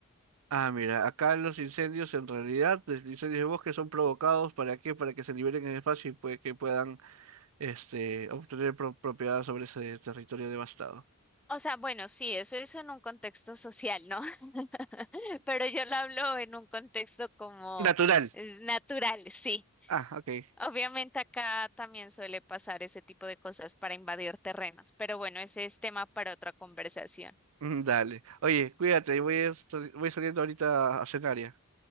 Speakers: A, on the right; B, in the centre.
A: Ah, mira, acá los incendios en realidad, los incendios de bosque son provocados ¿para qué? Para que se liberen en el espacio y puede que puedan este, obtener pro- propiedad sobre ese territorio devastado.
B: O sea, bueno, sí, eso es en un contexto social, ¿no? <laughs> Pero yo lo hablo en un contexto como
A: Natural.
B: eh, natural, sí.
A: Ah, ok. <laughs>
B: Obviamente acá también suele pasar ese tipo de cosas para invadir terrenos, pero bueno, ese es tema para otra conversación.
A: Mm, Dale. Oye, cuídate, voy, a voy saliendo ahorita a cenar ya.